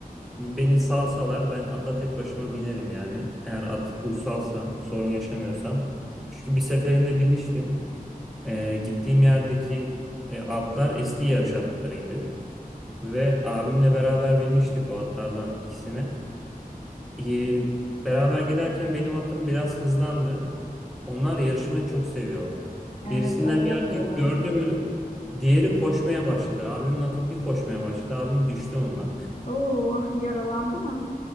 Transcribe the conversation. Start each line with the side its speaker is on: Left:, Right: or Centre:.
Centre: beni salsalar ben ata tek başıma binerim yani. Eğer at uysalsa sorun yaşamıyorsam. Çünkü bir seferinde binmiştim. Ee, gittiğim yerdeki e, atlar eski yarış atlarıydı. Ve abimle beraber binmiştik o atlardan ikisine. Ee, beraber giderken benim atım biraz hızlandı. Onlar yarışmayı çok seviyorlar.
Left: Evet
Centre: Birisinden
Left: öyle
Centre: bir
Left: oluyorlar.
Centre: hareket gördü mü diğeri koşmaya başladı. Abimin atı bir koşmaya başladı. Abim düştü ondan.
Left: Oo <laughs> yaralandı mı?